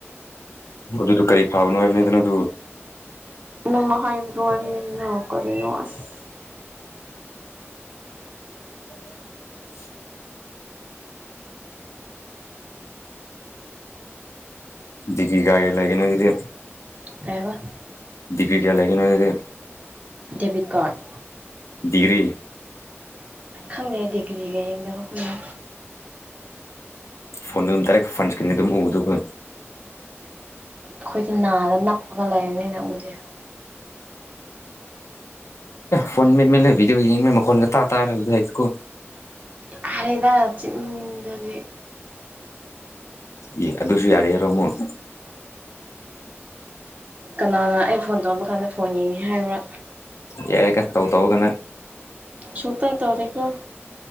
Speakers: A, on the left (about 85°); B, on the right (about 35°).
A: ꯑꯗꯨꯗ ꯀꯔꯤ ꯐꯥꯕꯅꯣ ꯍꯥꯏꯕꯅꯤꯗꯅ ꯑꯗꯨ
B: ꯅꯪ ꯍꯥꯏꯕꯗꯨ ꯍꯥꯏꯕꯅꯤꯗ ꯀꯔꯤꯅꯣ ꯑꯁ
A: <inaudible> ꯗꯤꯒ꯭ꯔꯤ ꯀꯥꯌꯒꯤ ꯂꯩꯒꯦ ꯗꯨꯗꯤ
B: ꯀꯩ ꯑꯕꯥ
A: ꯗꯤꯒ꯭ꯔꯤ ꯀꯌꯥ ꯂꯩꯒꯦ ꯅꯣꯏꯗꯗꯤ
B: ꯗꯦꯕꯤꯠ ꯀꯥꯔꯗ
A: ꯗꯤꯒ꯭ꯔꯤ
B: ꯈꯪꯗꯦ ꯗꯤꯒ꯭ꯔꯤꯒ ꯌꯦꯡꯗꯕ ꯀꯨꯏꯔꯦ
A: ꯐꯣꯟꯗ ꯑꯗꯨꯝ ꯗꯥꯏꯔꯦꯛ ꯐꯟ ꯁꯀꯔ꯭ꯤꯟ ꯗꯩ ꯑꯗꯨꯝ ꯎꯕꯗꯨ ꯀꯩꯅꯣ
B: ꯑꯈꯣꯏꯗꯤ ꯅꯥꯗ ꯅꯞꯄꯒ ꯂꯩꯔꯕꯅꯤꯅꯥ ꯎꯗꯦ
A: ꯐꯣꯟ ꯃꯦꯠ ꯃꯦꯠꯂꯦ ꯕꯤꯗꯤꯑꯣ ꯌꯦꯡꯕꯩ ꯃꯈꯣꯜ ꯇꯔꯥ ꯇꯔꯥ ꯂꯩꯗꯥꯀꯣ
B: ꯍꯥꯏꯔꯦꯗꯥ ꯆꯤꯟꯗꯨꯗꯤ
A: ꯑꯦ ꯑꯗꯨꯁꯨ ꯌꯥꯔꯦꯔꯣꯃꯨꯛ
B: ꯀꯅꯥꯅ ꯑꯩ ꯐꯣꯟ ꯇꯧꯔꯝꯕ ꯀꯥꯟꯗ ꯐꯣꯟ ꯌꯦꯡꯉꯦ ꯍꯥꯏꯕ꯭ꯔꯥ
A: ꯌꯥꯏ ꯇꯧꯇꯧꯗ ꯅꯪ
B: ꯁꯨꯛꯇꯧ ꯇꯧꯗꯦꯀꯣ